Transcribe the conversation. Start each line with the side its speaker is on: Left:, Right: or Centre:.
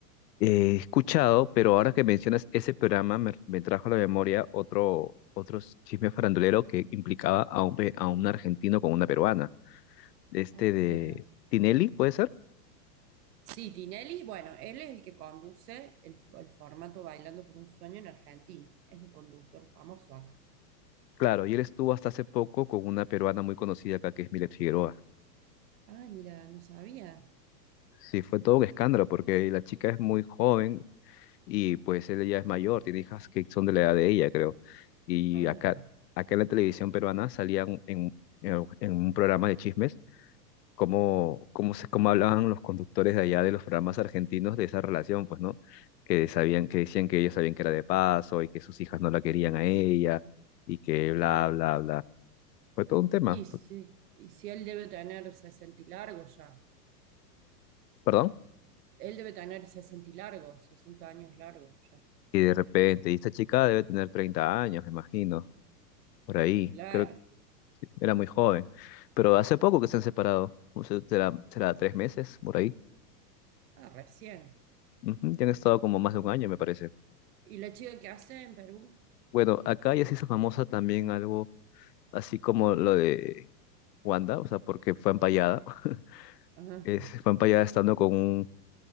Left: He escuchado, pero ahora que mencionas ese programa, me, me trajo a la memoria otro, otro chisme farandulero que implicaba a un, pe- a un argentino con una peruana. Este
Right: Ah,
Left: de
Right: ¿quién era?
Left: Tinelli, ¿puede ser?
Right: Sí, Tinelli, bueno, él es el que conduce el, f- el formato Bailando por un Sueño en Argentina. Es un conductor famoso acá.
Left: Claro, y él estuvo hasta hace poco con una peruana muy conocida acá, que es Milet Figueroa.
Right: Ay, mira, no sabía.
Left: Sí, fue todo un escándalo porque la chica es muy joven y pues él ya es mayor, tiene hijas que son de la edad de ella, creo. Y
Right: Ah,
Left: acá, acá en la televisión peruana salían en, en en un programa de chismes cómo, cómo, se, cómo hablaban los conductores de allá de los programas argentinos de esa relación, pues, ¿no? Que sabían, que decían que ellos sabían que era de paso y que sus hijas no la querían a ella y que bla,
Right: claro.
Left: bla, bla. Fue todo un tema,
Right: Y sí,
Left: fue-
Right: y si él debe tener 60 y largos ya.
Left: perdón.
Right: Él debe tener 60 y largos, sesenta años largos ya.
Left: Y de repente, y esta chica debe tener 30 años, me imagino, por ahí.
Right: Claro.
Left: Creo que era muy joven. Pero hace poco que se han separado, no sé, será, será tres meses, por ahí.
Right: Ah, recién.
Left: Ujú, Ya han estado como más
Right: ¿Y,
Left: de un año, me parece.
Right: y la chica que hace en Perú?
Left: Bueno, acá ya se hizo famosa también algo así como lo de Wanda, o sea, porque fue empallada. <laughs>
Right: Ajá.
Left: Es, fue empallada estando con un,